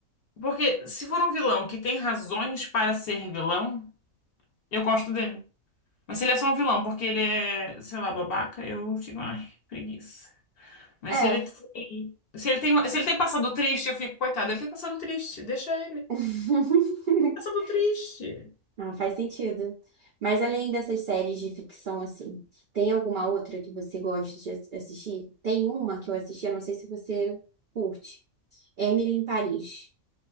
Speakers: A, on the left (about 55°); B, on the right (about 80°).
A: Porque se for um vilão que tem razões para ser vilão, eu gosto dele. Mas se ele é só um vilão, porque ele é, sei lá, babaca, eu fico, ai, preguiça. Mas
B: É.
A: se ele foi- se ele tem, uma- se ele tem passado triste, eu fico, coitado, ele tem passado triste, deixa ele.
B: <laughs>
A: Passado triste.
B: Não, faz sentido. Mas além dessas séries de ficção, assim, tem alguma outra que você gosta de ass- assistir? Tem uma que eu assisti, eu não sei se você curte. Emily em Paris.